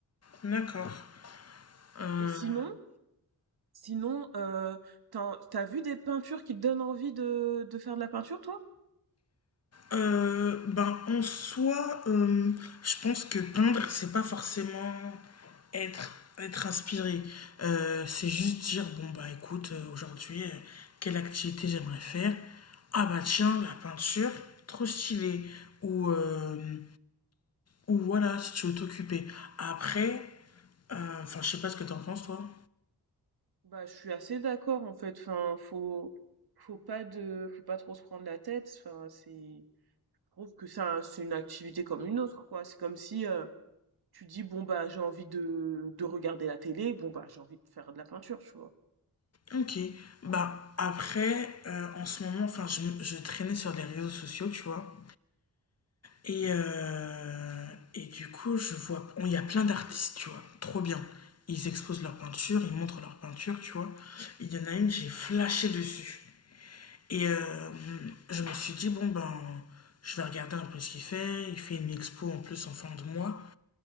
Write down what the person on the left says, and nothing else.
D'accord. Euh,
Euh, ben, en soi, euh, je pense que peindre, c'est pas forcément être, être inspiré. Euh, c'est juste dire, bon, bah écoute, euh, aujourd'hui, euh, quelle activité j'aimerais faire Ah, bah tiens, la peinture, trop stylé. Ou, euh, ou voilà, si tu veux t'occuper. Après, euh, enfin, je sais pas ce que t'en penses, toi.
Ok, bah après, euh, en ce moment, enfin, je, je traînais sur les réseaux sociaux, tu vois. Et, euh, et du coup, je vois, il y a plein d'artistes, tu vois, trop bien. Ils exposent leur peinture, ils montrent leur peinture, tu vois. Il y en a une, j'ai flashé dessus. Et euh, je me suis dit, bon, ben, je vais regarder un peu ce qu'il fait. Il fait une expo en plus en fin de mois.